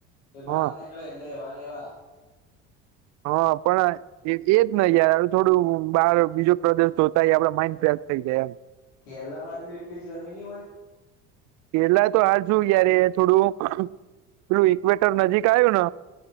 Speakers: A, on the left; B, on the right.
A: એ બાર
B: હા
A: નેકળે એટલે એવા ન એવા.
B: હા પણ એ જ ને યાર. થોડું બહાર બીજો પ્રદેશ જોતા યે આપડ માઈન્ડ ફ્રેશ થઈ જાય એમ.
A: કેરલા બાજુ એટલી જ ગરમી ની હોય?
B: કેરલા તો હાલ શું યાર એ થોડું પેલું ઈક્વેટર નજીક આયુ ન